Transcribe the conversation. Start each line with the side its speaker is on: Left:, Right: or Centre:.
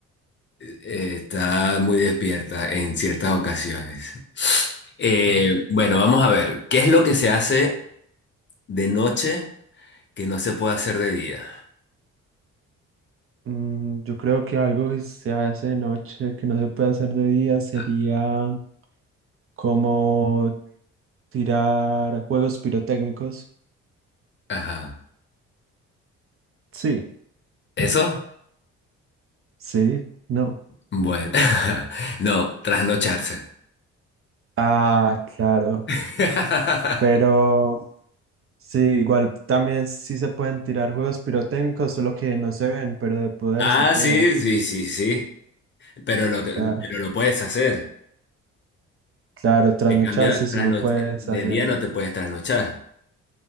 Left: Eh, Está muy despierta en ciertas ocasiones. Eh,
Right: A ver,
Left: bueno, vamos a ver, ¿qué es lo que se hace de noche que no se puede hacer de día?
Right: mm, yo creo que algo que se hace de noche, que no se puede hacer de día, sería
Left: A-
Right: como tirar juegos pirotécnicos.
Left: Ajá.
Right: Sí,
Left: ¿Eso?
Right: sí, no.
Left: Bueno, <laughs> no, trasnocharse.
Right: Ah, claro.
Left: <laughs>
Right: Pero sí, igual también sí se pueden tirar juegos pirotécnicos, solo que no se ven, pero de poder
Left: Ah,
Right: se puede.
Left: sí, sí, sí, sí. Pero lo que-
Right: Claro,
Left: pero lo puedes hacer.
Right: claro, trasnocharse
Left: En cambio,
Right: si
Left: trasnoch-
Right: no puedes
Left: de
Right: hacerlo.
Left: día no te puedes trasnochar.